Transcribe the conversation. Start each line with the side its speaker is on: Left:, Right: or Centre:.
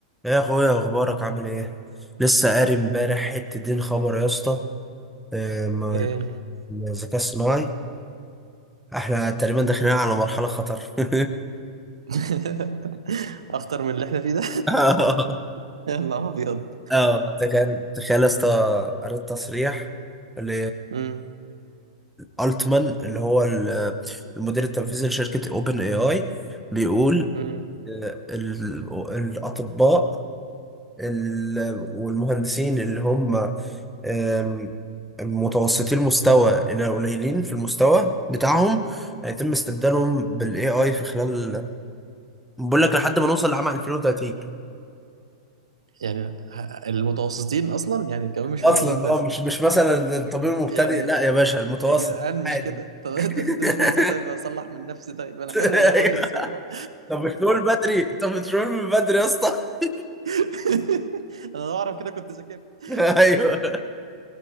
Centre: يا اخويا اخبارك عامل ايه لسه قاري امبارح حته دين خبر يا اسطى آه، ما-
Right: ايه
Centre: ما الذكاء الصناعي احنا تقريبا داخلين على مرحله خطر <laughs>
Right: <laughs> اخطر من اللي احنا فيه ده
Centre: اه
Right: <laughs> يا نهار ابيض
Centre: والله تخيل تخيل يا اسطى قريت تصريح ل
Right: امم
Centre: التمان اللي هو ال- المدير التنفيذي لشركه اوبن اي اي بيقول
Right: امم
Centre: آه، ال- الاطباء ال- والمهندسين اللي هم آم، متوسطي المستوى إلى قليلين في المستوى بتاعهم هيتم استبدالهم بال AI في خلال بقول لك لحد ما نوصل لعام 2030
Right: يعني ه- المتوسطين اصلا يعني كمان مش
Centre: اصلا
Right: قليلين بس
Centre: اه مش مش مثلا الطبيب المبتدئ
Right: يعني
Centre: لا يا باشا المتوسط
Right: يا جدعان
Centre: عادي
Right: مش كده طب <laughs> إنت ادوني
Centre: <laughs>
Right: فرصة طيب اصلح من نفسي طيب انا حلو
Centre: ايوه
Right: انا كويس والله
Centre: طب بترول بدري طب بترول من بدري يا اسطى <laughs>
Right: <laughs> انا لو اعرف كده كنت ذاكرت <laughs>
Centre: ايوه